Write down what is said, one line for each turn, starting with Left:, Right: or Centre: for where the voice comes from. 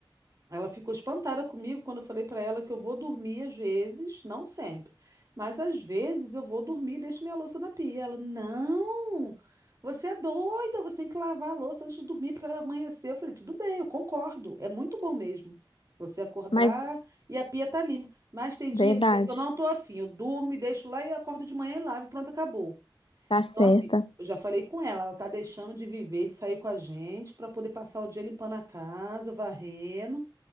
Right: Ela ficou espantada comigo quando eu falei para ela que eu vou dormir às vezes, não sempre, mas às vezes eu vou dormir e deixo minha louça na pia. Ela, não, você é doida, você tem que lavar a louça antes de dormir para amanhecer. Eu falei, tudo bem, eu concordo, é muito bom mesmo. Você acordar
Left: mas
Right: e a pia tá limpa. Mas tem dia,
Left: verdade,
Right: amiga, que eu não tô afim. Eu durmo e deixo lá e acordo de manhã e lavo, e pronto, acabou.
Left: tá
Right: Então,
Left: certa.
Right: assim, eu já falei com ela, ela tá deixando de viver, de sair com a gente para poder passar o dia limpando a casa, varrendo.